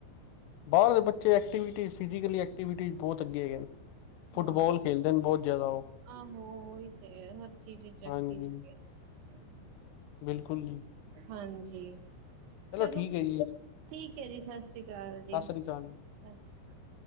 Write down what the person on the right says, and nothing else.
ਹਾਂ
ਆਹੋ ਓਹੀ ਤੇ ਹੈ ਹਰ ਚੀਜ਼ ਐਕਟਿਵ
ਨੇ।
ਹਾਂਜੀ ਚਲੋ।
ਠੀਕ ਹੈ ਜੀ ਸਤਿ ਸ਼੍ਰੀ ਅਕਾਲ
ਜੀ ਸਤਿ
ਸ੍ਰੀ ਅਕਾਲ।